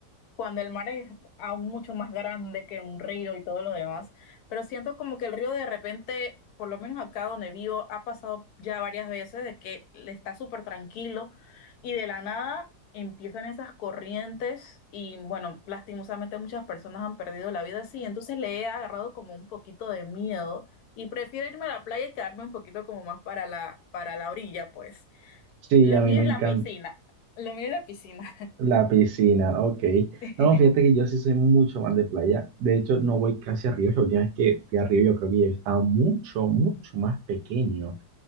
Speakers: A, on the left; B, on the right.
A: cuando el mar es aún mucho más grande que un río y todo lo demás, pero siento como que el río de repente, por lo menos acá donde vivo, ha pasado ya varias veces de que le está súper tranquilo y de la nada empiezan esas corrientes y bueno, lastimosamente muchas personas han perdido la vida así, entonces le he agarrado como un poquito de miedo. Y prefiero irme a la playa y quedarme un poquito como más para la, para la orilla, pues.
B: Sí,
A: Lo
B: a
A: mío
B: mí me
A: es la
B: encanta
A: piscina. Lo mío es la piscina.
B: la piscina, ok.
A: <laughs>
B: No, fíjate que yo sí soy mucho más de playa. De hecho, no voy casi a ríos. La última vez que fui a río, yo creo que yo estaba mucho, mucho más pequeño.